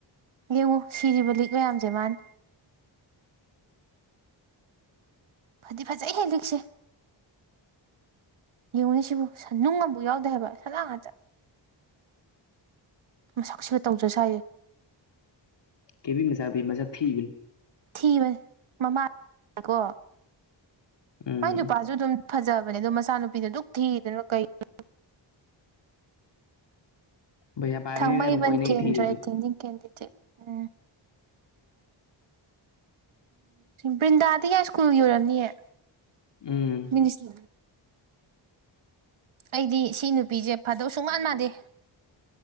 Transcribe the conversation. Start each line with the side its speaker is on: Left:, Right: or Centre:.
Right: ꯌꯦꯡꯉꯨ ꯁꯤꯔꯤꯕ ꯂꯤꯛ ꯃꯌꯥꯝꯁꯦ ꯃꯥꯅ ꯐꯗꯤ ꯐꯖꯩꯍꯦ ꯂꯤꯛꯁꯦ ꯌꯦꯡꯉꯨꯅꯦꯁꯤꯕꯨ ꯅꯨꯡ ꯑꯃꯕꯨꯛ ꯌꯥꯎꯗꯦ ꯍꯥꯏꯕ ꯁꯅꯥ ꯉꯥꯛꯇ ꯃꯁꯛꯁꯤꯒ ꯇꯧꯖ ꯁꯥꯏꯌꯦ
Left: ꯀꯦꯕꯤ ꯃꯆꯥꯅꯨꯄꯤ ꯃꯁꯛ ꯊꯤꯕꯅꯦ
Right: ꯊꯤꯕꯅꯦ ꯃꯃꯥꯅꯀꯣ
Left: ꯎꯝ
Right: ꯃꯥꯏ ꯅꯨꯄꯥꯁꯨ ꯑꯗꯨꯝ ꯐꯖꯕꯅꯦ ꯑꯗꯣ ꯃꯥꯏ ꯃꯆꯥ ꯅꯨꯨꯄꯤꯗꯨ ꯑꯗꯨꯛ ꯊꯤꯔꯤꯗꯨꯅ ꯀꯩꯅꯣ
Left: ꯄꯩꯁꯥ ꯄꯥꯏꯕꯅꯤꯅ
Right: ꯊꯥꯡꯃꯩꯕꯟ
Left: ꯑꯗꯨꯝ ꯀꯣꯏꯅꯩ
Right: ꯀꯦꯟꯗ꯭ꯔ
Left: ꯊꯤꯔꯁꯨ
Right: ꯑꯦꯇꯦꯟꯗꯤꯡ ꯀꯦꯟꯗꯤꯗꯦꯠ ꯎꯝ ꯕ꯭ꯔꯤꯟꯗꯥꯗꯤ ꯌꯥꯏꯁ꯭ꯀꯨꯜꯒꯤ ꯑꯣꯏꯔꯝꯅꯤꯌꯦ
Left: ꯎꯝ
Right: ꯃꯤꯅꯤꯁ ꯑꯩꯗꯤ ꯁꯤ ꯅꯨꯄꯤꯁꯦ ꯐꯗꯧ ꯁꯨꯡ ꯃꯥꯟ ꯃꯥꯟꯗꯦ